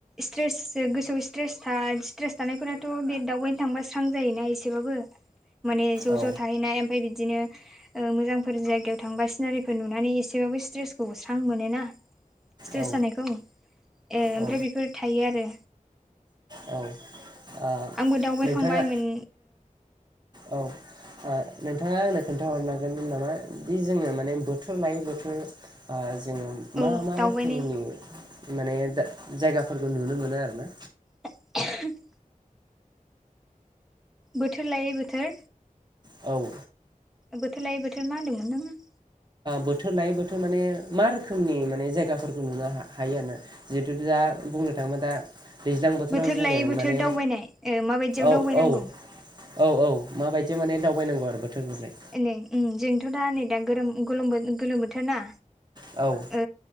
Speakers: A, in the centre; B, on the right.
A: स्ट्रेस गोसोआव स्ट्रेस थानायफोराथ' बे दावबायनो थांबा स्रां जायोना एसेबाबो माने ज'
B: औ
A: ज' थाहैनाय ओमफ्राय बिदिनो मोजांफोर जायो बेयाव थांबा सिनारिफोर नुनानै एसेबाबो स्ट्रेसखौ स्रां मोनो ना स्ट्रेस
B: औ
A: जानायखौ ए
B: औ
A: ओमफ्राय बेफोर थायो आरो
B: औ ओ
A: आंबो दावबायखांबाय
B: नोंथाङा
A: मोन
B: औ नोंथाङा आंनो खोन्थाहरनांगोन नामा बे जोङो माने बोथोर लायै बोथोर जोङो मा
A: औ
B: मा
A: दावबायनाय
B: रोखोमनि माने जायगाफोरखौ नुनो मोनो आरो ना
A: <inaudible> बोथोर लायै बोथोर
B: औ
A: बोथोर लायै बोथोर मा होनदोंमोन नोङो
B: बोथोर लायै बोथोर माने मा रोखोमनि माने जायगाफोरखौ नुनो हायो आरो ना जिहेथु दा बुंनो थाङोबा दा दैज्लां बोथोराव
A: बोथोर
B: जोङो
A: लायै बोथोर
B: माने
A: दावबायनाय ओ माबायदियाव
B: औ
A: दावबायनांगौ
B: औ औ औ माबायदि माने दावबायनांगौ आरो बोथोर लानानै
A: एै जोंथ' दा नै दाथ गोलोम बोथोर ना
B: औ
A: ओ